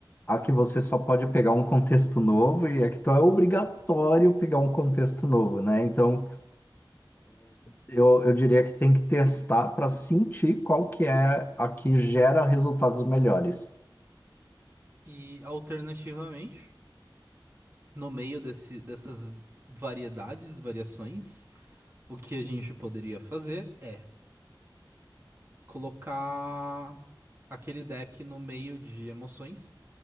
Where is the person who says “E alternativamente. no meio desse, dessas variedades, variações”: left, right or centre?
Right